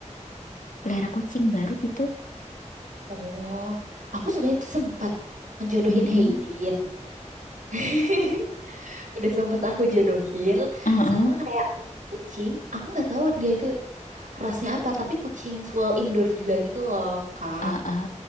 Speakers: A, on the left (about 80°); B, on the right (about 85°).
A: pelihara kucing baru gitu?
B: oh aku sebenarnya tuh sempat ngejodohin
A: Mm-mm.
B: Hayden <laughs> udah sempet aku jodohin
A: <laughs> Heeh,
B: sama kayak kucing aku nggak tahu dia itu rasnya apa tapi kucing full indoor juga gitu loh kak
A: heeh.